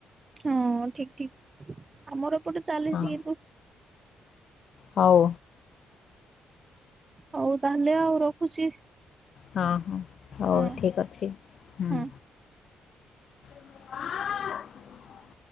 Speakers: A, on the right; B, on the left.
A: ହଁ ଠିକ ଆମର ଏପଟେ ଚାଲିଛି
B: ଆଉ
A: ଏ
B: ହଉ
A: ହଉ ତାହେଲେ ଆଉ ରଖୁଛି
B: ହଁ ହଁ ହଉ
A: ହଁ
B: ଠିକ୍ ଅଛି ହୁ
A: ହଁ।
B: ହଁ ହ